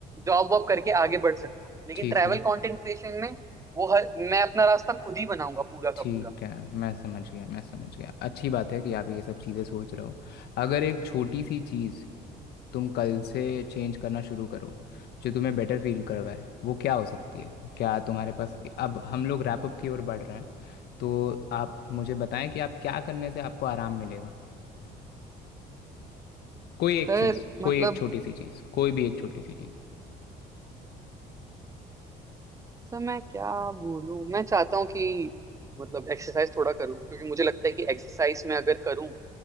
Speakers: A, on the right; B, on the left.
A: जॉब वॉब करके आगे बढ़ सकता हूँ लेकिन
B: ठीक
A: ट्रैवल
B: है
A: कंटेंट क्रिएशन में वो हर मैं अपना रास्ता खुद ही बनाऊंगा पूरा का
B: ठीक
A: पूरा
B: है मैं समझ गया मैं समझ गया अच्छी बात है कि आप ये सब चीज़ें सोच रहे हो अगर एक छोटी सी चीज़ तुम कल से चेंज करना शुरू करो जो तुम्हें बेटर फील करवाए वो क्या हो सकती है क्या तुम्हारे पास अब हम लोग रैप अप की ओर बढ़ रहे हैं तो आप मुझे बताएं कि आप क्या करने से आपको आराम मिलेगा कोई एक
A: सर
B: चीज़ कोई
A: मतलब
B: एक छोटी सी चीज़ कोई भी एक छोटी सी चीज़
A: सर मैं क्या बोलूं मैं चाहता हूँ कि मतलब एक्सरसाइज थोड़ा करूं क्योंकि मुझे लगता है कि एक्सरसाइज में अगर करूं